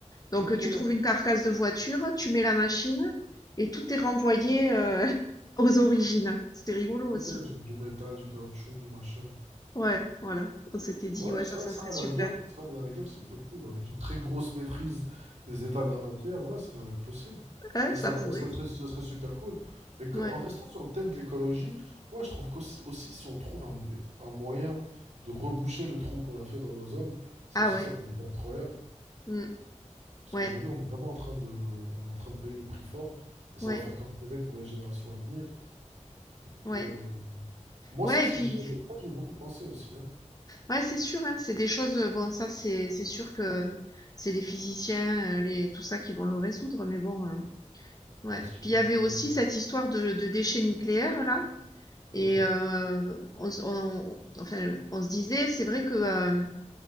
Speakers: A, on the left; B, on the right.
A: Donc,
B: Ok,
A: tu trouves une carcasse de voiture, tu mets la machine et tout est renvoyé, heu, <laughs> aux origines. C'était rigolo
B: ok,
A: aussi.
B: genre du métal, du caoutchouc, du machin.
A: Ouais, voilà. On s'était dit:
B: Ouais,
A: «Ouais,
B: ça,
A: ça, ça
B: ça,
A: serait
B: à
A: super».
B: la rigueur, ça, à la rigueur, c'est possible. Avec une très grosse maîtrise des états de la matière, ouais, ça devrait être possible.
A: Ouais,
B: Et
A: ça
B: ça,
A: pourrait.
B: devrait- ça serait, ce serait super cool. Mais que-
A: Ouais.
B: en restant sur le thème de l'écologie, ouais, je trouve qu'aussi, aussi, si on trouve un, mo- un moyen de reboucher le trou qu'on a fait dans l'ozone, ça
A: Ah
B: aussi,
A: ouais.
B: ça peut être incroyable.
A: Mmh.
B: Parce
A: Ouais,
B: qu'aujourd'hui, on est vraiment en train de, on est en train de payer le prix fort, et ça
A: ouais,
B: va faire qu'empirer pour les générations à venir. Donc,
A: ouais.
B: euh, moi,
A: Ouais
B: ça, c'est-
A: et puis
B: j'ai- ça, j'y beaucoup pensé aussi. Hein.
A: Ouais, c'est sûr, hein, c'est des choses, euh, bon, ça, c'est c'est sûr que c'est les physiciens, euh, les, tout ça qui vont le résoudre, mais bon, euh, ouais.
B: Ah, est-ce qu'il
A: Puis il
B: me
A: y avait
B: raison-
A: aussi cette histoire de, de déchets nucléaires, là,
B: Ouais,
A: et euh, on, s- on- enfin, on se disait, c'est vrai que euh,